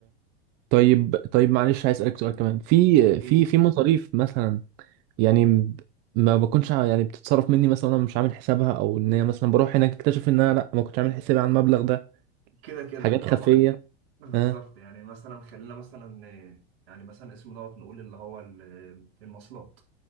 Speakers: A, on the right; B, on the right.
A: طيب طيب معلش عايز اسالك سؤال كمان في
B: ايه
A: في في مصاريف مثلا يعني ب- ما بكونش ع- يعني بتتصرف مني مثلا وانا مش عامل حسابها او ان هي مثلا بروح هناك اكتشف ان انا لا ما كنتش عامل حسابي على المبلغ ده
B: كده كده
A: حاجات
B: طبعا
A: خفيه
B: بالظبط
A: اه
B: يعني مثلا خلينا مثلا آه، يعني مثلا اسمه دوت نقول اللي هو ال- المواصلات